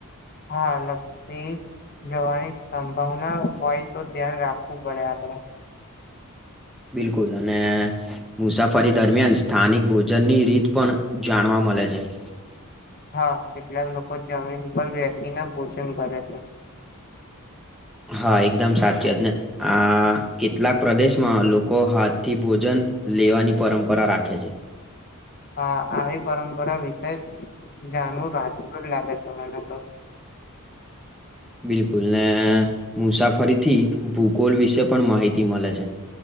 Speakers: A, on the left; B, in the centre.
A: હા લપસી જવાની સંભાવના હોય તો ધ્યાન રાખવું પડે આપડ
B: બિલકુલ અને મુસાફરી દરમિયાન સ્થાનિક ભોજનની રીત પણ જાણવા મળે છે
A: હા કેટલાક લોકો જમીન પર બેસીને ભોજન કરે છે
B: હા એકદમ સાચી જ ને આ કેટલાક પ્રદેશમાં લોકો હાથ થી ભોજન લેવાની પરંપરા રાખે છે
A: હા આવી પરંપરા વિશે જાણવું રાસ્તું જ લાગે છે મને તો
B: બિલકુલ ને મુસાફરી થી ભૂગોલ વિશે પણ માહિતી મળે છે